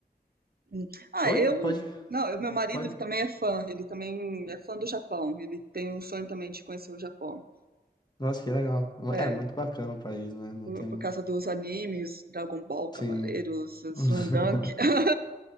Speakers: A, on the right; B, on the left.
A: Uhum. Ah,
B: Oi?
A: eu.
B: Pode,
A: Não, eu- meu marido
B: pode.
A: ele também é fã. Ele também é fã do Japão. Ele tem um sonho também de conhecer o Japão.
B: Nossa, que legal.
A: É,
B: É muito bacana o país, né? Não
A: por,
B: tem.
A: por causa dos animes, Dragon Ball,
B: Sim.
A: Cavaleiros, Slam
B: <laughs>
A: Dunk. <laughs>